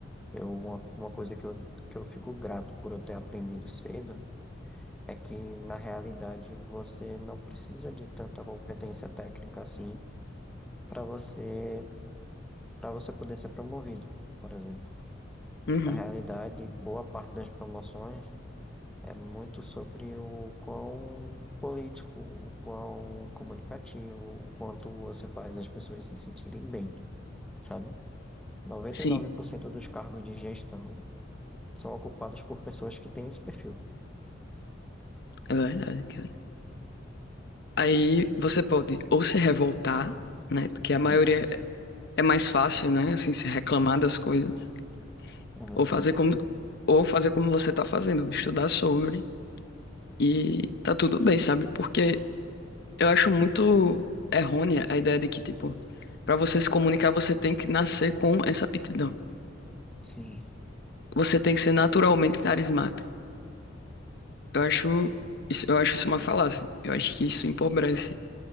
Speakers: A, in the centre; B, on the left (about 60°).
A: eu, uma, uma coisa que eu, que eu fico grato por eu ter aprendido cedo É que, na realidade, você não precisa de tanta competência técnica assim para você, para você poder ser promovido, por exemplo.
B: Uhum,
A: Na realidade, boa parte das promoções é muito sobre o quão político, o quão comunicativo, o quanto você faz as pessoas se sentirem bem, sabe? 99%
B: Sim,
A: dos cargos de gestão são ocupados por pessoas que têm esse perfil.
B: é verdade, cara. Aí você pode ou se revoltar, né? Porque a maioria
A: É
B: é mais fácil, né? Assim, se reclamar das coisas,
A: é verdade.
B: ou fazer como, ou fazer como você tá fazendo, estudar sobre e tá tudo bem, sabe? Porque eu acho muito errônea a ideia de que, tipo, para você se comunicar, você tem que nascer com essa aptidão.
A: Sim,
B: Você tem que ser naturalmente carismático. Eu
A: sim,
B: acho isso, eu acho isso uma falácia. Eu acho que isso empobrece